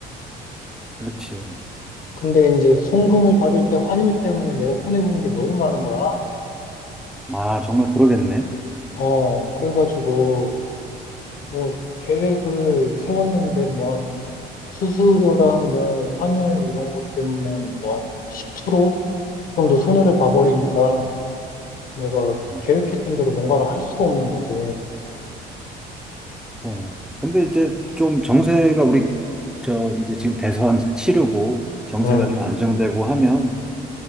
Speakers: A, in the centre; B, on the left (about 55°).
A: 그렇지.
B: 근데 이제 송금을 받을 때 환율 때문에 내가 손해보는 게 너무 많은 거야.
A: 아, 정말 그러겠네.
B: 어, 그래가지고, 뭐, 계획을 세웠는데, 뭐, 한, 수수료랑 뭐, 환율 이런 것 때문에 한, 뭐, 한 10% 정도 손해를 봐버리니까 내가
A: 어,
B: 계획했던 대로 뭔가를 할 수가 없는 거지.
A: 그러네. 근데 이제 좀 정세가 우리, 저, 이제 지금 대선 치르고 정세가
B: 응.
A: 좀 안정되고 하면